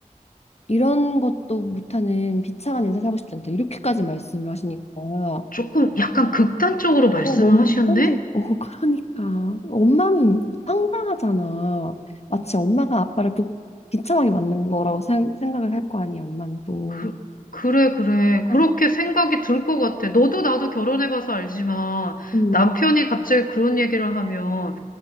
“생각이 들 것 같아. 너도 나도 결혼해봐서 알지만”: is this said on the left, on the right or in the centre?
Left